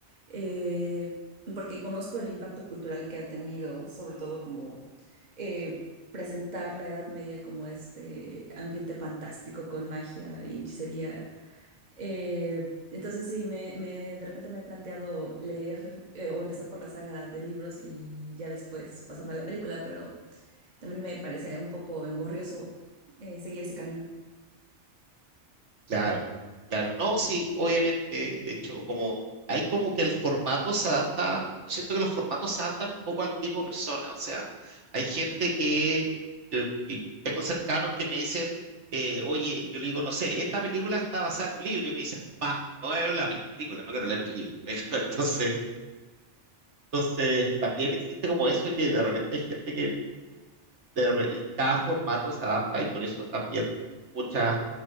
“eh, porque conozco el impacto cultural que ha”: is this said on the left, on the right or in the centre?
Right